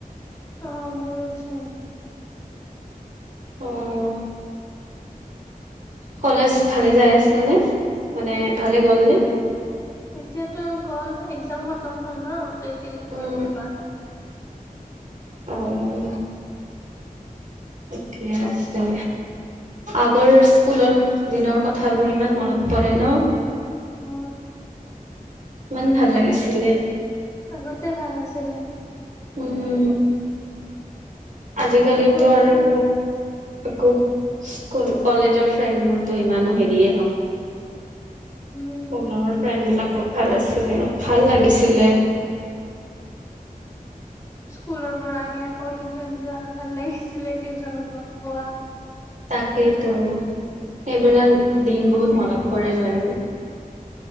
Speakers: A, on the left (about 20°); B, on the right (about 55°).
A: অ', মোৰো চ ছেম।
B: অ', কলেজ ভালে যাই আছে নে। মানে ভালে গ'লনে।
A: এতিয়াতো গ'ল, এক্সাম খতম হ'ল ন ত এইকেইদিন
B: উম
A: কলেজ যোৱা নাই।
B: অ', ঠিকে আছে, আগৰ স্কুলৰ দিনৰ কথাবোৰ ইমান মনত পৰে ন।
A: অ
B: ইমান ভাল
A: আগত
B: লাগিছিলে
A: আগতে ভাল আছিলে
B: উম। আজিকালিতো
A: একো
B: আৰু আকৈ স্কুল কলেজৰ ফ্ৰেণ্ডবোৰতো ইমানো হেৰিয়ে নহয়
A: উম
B: পুনৰ ফ্ৰেণ্ড বিলাকক ভাল আছিলে ভাল লাগিছিলে
A: স্কুলৰ পৰা আহি আকৌ টিউশচন যোৱা ভাল লাগিছিলে টিউচনত লগ পোৱা
B: তাকেই তো সেইবিলাক দিন বহুত মনত পৰে বাৰু